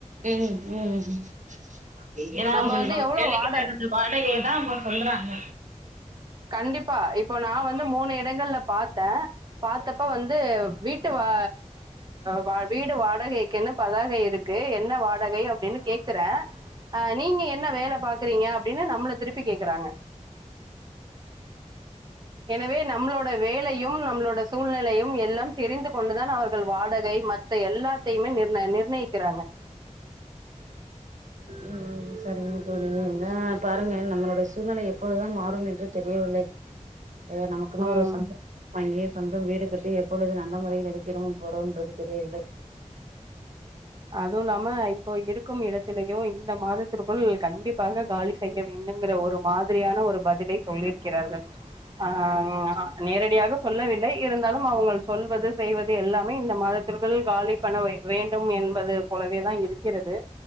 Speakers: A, on the right; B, on the right.
A: உம் உம் ம் ஏனா
B: நம்ம
A: அவுங்க
B: வந்து எவ்வளோ
A: வேலைக்கு
B: வாடகை
A: தகுந்த வாடகைய தா அவுங்க சொல்றாங்க
B: கண்டிப்பா இப்ப நா வந்து மூணு இடங்கள்ல பாத்தே பாத்தப்ப வந்து வீட்டு வா வா வீடு வாடகைக்குனு பதாகை இருக்கு என்ன வாடகை அப்டினு கேக்குற ஆ நீங்க என்ன வேல பாக் பாக்குறீங்க அப்டினு நம்மள திருப்பி கேக்குறாங்க எனவே நம்மளோட வேலையும் நம்மளோட சூழ்நிலையும் எல்லாம் தெரிந்து கொண்டு தான் அவர்கள் வாடகை மத் எல்லாத்தையுமே நிர்ன நிர் நிர்ணயிக்கிறாங்க
A: உம் ம் சரிங்க தோழி என்ன பாருங்க நம்மளுடைய சூழ்நிலை எப்பொழுது தான் மாறும் என்று தெரியவில்லை ஏதோ நமக்குன்னு
B: ம்.
A: ஒரு சேந்த வீட வாங்கி சொந்த வீடு கட்டி எப்பொழுது நல்ல முறையில் இருக்கிறோம் போறோம் என்று தெரியவில்லை
B: அதுவும் இல்லாம இப்போ இருக்கும் இடத்திலயோ இந்த மாதத்திற்குள் கண்டிப்பாக காலி செய்ய வேண்டும்ங்கிற ஒரு மாதிரியான ஒரு பதிலை சொல்லியிருக்கிறார்கள் ஆ நேரடியாக சொல்லவில்லை இருந்தாலும் அவுங்கள் சொல்வது செய்வது எல்லாமே இந்த மாதத்திற்குள் காலி பண்ண வேண்டும் என் பது போலவே தான் இருக்கிறது